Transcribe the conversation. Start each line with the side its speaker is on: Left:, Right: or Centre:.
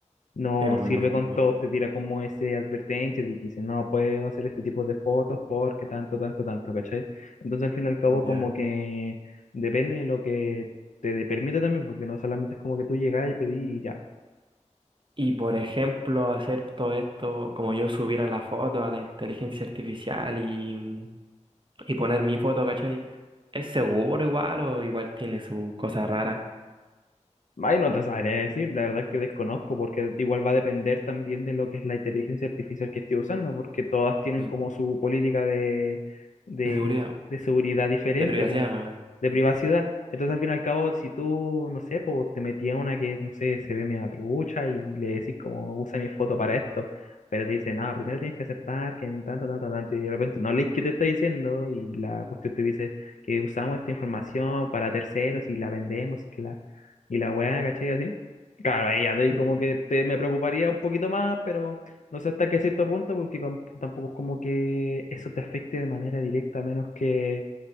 Left: No
Right: Sí, pues me
Left: sirve
Right: imagino.
Left: con todos, te tira como ese advertencia de que dice, no puedo hacer este tipo de fotos porque tanto, tanto, tanto, ¿cachai? Entonces al fin y al cabo
Right: Ya.
Left: como que depende de lo que te dé- permita también, porque no solamente es como que tú llegás y pedís y ya.
Right: Y por ejemplo, hacer todo esto, como yo subir a la foto, a la inteligencia artificial y, mm, y poner mi foto, ¿cachai? ¿Es seguro igual o igual tiene sus cosas raras
Left: Ay, no te sabría decir, la verdad que desconozco, porque igual va a depender también de lo que es la inteligencia artificial que esté usando, porque todas tienen
Right: Mm.
Left: como su política de, de,
Right: de seguridad,
Left: de seguridad diferente,
Right: de privacidad,
Left: pon-
Right: más bien?
Left: de privacidad. Entonces, al fin y al cabo, si tú, no sé, pues te metías una que, no sé, se ve media trucha y le decís como, usa mi foto para esto, pero te dice, nada, primero tienes que aceptar que en tanto, tanto, tanto, y de repente no lees qué te está diciendo y la cuestión te dice que usamos esta información para terceros y la vendemos y que la y la weá, ¿cachai? Así. Claro, ahí ya te-
Right: Sí,
Left: como
Right: po.
Left: que te, me preocuparía un poquito más, pero no sé hasta qué cierto punto, porque com- tampoco es como que eso te afecte de manera directa, a menos que